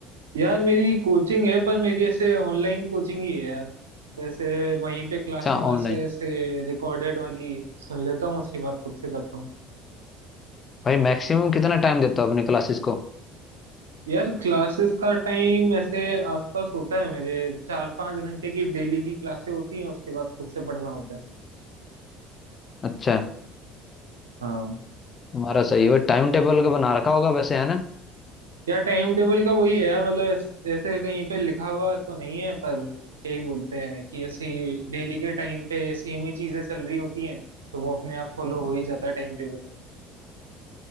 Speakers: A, on the right; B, on the left.
A: यार मेरी कोचिंग है पर मेरी ऐसे ऑनलाइन कोचिंग ही है यार जैसे वहीं पे क्लासेस
B: अच्छा
A: व्लासेस
B: ऑनलाइन
A: ऐसे रिकॉर्डेड वाली सुन लेता हूँ उसके बाद खुद से करता हूँ
B: भाई मैक्सिमम कितना टाइम देते हो अपनी क्लासेस को
A: यार क्लासेस का टाइम ऐसे आसपास होता है मेरे चार पांच घंटे की डेली की क्लासेस होती हैं उसके बाद खुद से पढ़ना होता है
B: अच्छा
A: हाँ
B: तुम्हारा सही है भाई टाइम टेबल का बना रखा होगा वैसे है ना
A: यार टाइम टेबल का वही है यार मतलब ऐस, ऐसे कहीं पे लिखा हुआ तो नहीं है पर क्या ही बोलते हैं कि ऐसे ही डेली के टाइम पे सेम ही चीजें चल रही होती हैं तो वो अपने आप फॉलो हो ही जाता है टाइम टेबल